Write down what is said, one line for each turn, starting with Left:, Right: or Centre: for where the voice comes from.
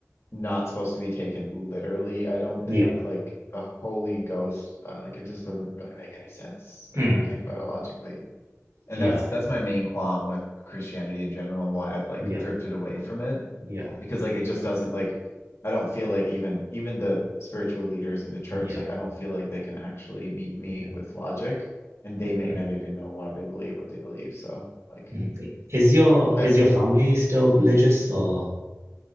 Left: not supposed to be taken literally, I don't
Right: yeah,
Left: think. Like the Holy Ghost, uh, like it just doesn't really make any sense when
Right: mm,
Left: you think about it logically. And
Right: yeah,
Left: that's that's my main qualm with Christianity in general and why I've like
Right: yeah,
Left: drifted away from it
Right: yeah,
Left: because like it just doesn't like I don't feel like even even the spiritual leaders in the church
Right: yeah,
Left: like I don't feel like they can actually meet me
Right: yeah.
Left: with logic and they may
Right: Mm,
Left: not even know why they believe what they believe so like
Right: mm. I- Is your
Left: I
Right: is your family still religious or